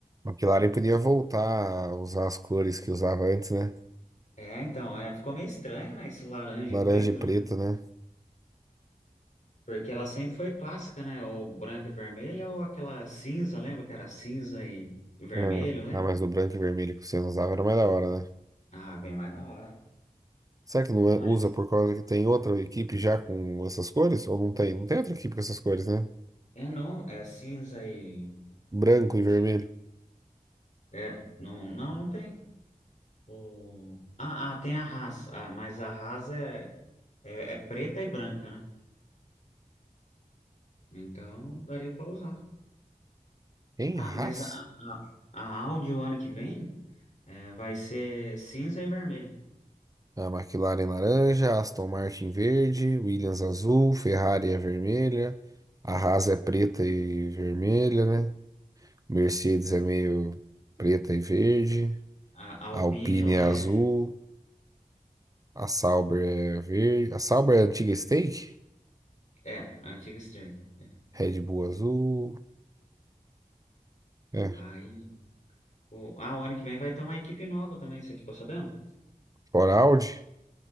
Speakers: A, on the right (about 25°); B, on the left (about 55°).
A: A McLaren podia voltar a usar as cores que usava antes, né?
B: É, então, é, ficou meio estranho, né? Esse laranja
A: Laranja
B: e preto,
A: e preto,
B: né?
A: né?
B: Porque ela sempre foi clássica, né? Ou branca e vermelha, ou aquela cinza, lembra que era cinza e, e vermelho,
A: É.
B: lembra?
A: Ah, mas o branco e vermelho que você não usava era mais da hora, né?
B: Ah, bem mais da hora.
A: Será que não
B: Mas,
A: é- usa por causa que tem outra equipe já com essas cores? Ou não tem? Não tem outra equipe com essas cores, né?
B: é não, é cinza e.
A: Branco e vermelho.
B: cin- É, não, não, não tem. O... Ah, ah, tem a Haas, ah, mas a Haas é, é, é preta e branca, né? Então daria para usar.
A: Hein?
B: Ah,
A: Haas?
B: mas a, a, a Audi o ano que vem é, vai ser cinza e vermelho.
A: A McLaren laranja, Aston Martin verde, Williams azul, Ferrari é vermelha, a Haas é preta e vermelha, né? Mercedes
B: É.
A: é meio preta e verde,
B: A, a Alpine
A: a Alpine
B: lá
A: é azul,
B: é,
A: a Sauber é verde, a Sauber é a antiga Stake,
B: é a antiga Stern. É.
A: Red Bull azul, é,
B: Aí, o, ah, o ano que vem vai ter uma equipe nova também, você ficou sabendo?
A: fora Audi,